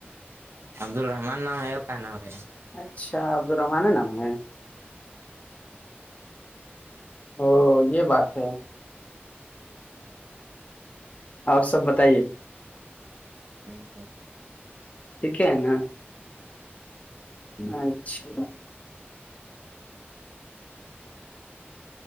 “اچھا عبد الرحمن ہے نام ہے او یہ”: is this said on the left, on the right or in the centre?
Left